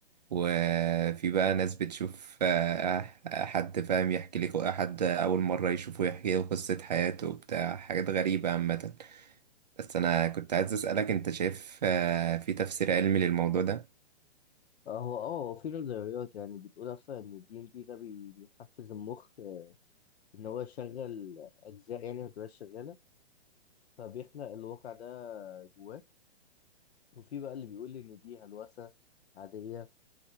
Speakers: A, on the right; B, on the left.
A: وفي بقى ناس بتشوف آه، آه، حد فاهم يحكي لك حد أول مرة يشوفه يحكي له قصة حياته وبتاع حاجات غريبة عامة بس انا كنت عايز اسالك انت شايف آه، في تفسير علمي للموضوع ده
B: اه هو اه هو في نظريات يعني بتقول اصلا ان الدي ام تي ده بي- بيحفز المخ آه، ان هو يشغل اجزاء يعني ما تبقاش شغالة فبيخلق الواقع ده جواك وفي بقى اللي بيقول ان دي هلوسة عادية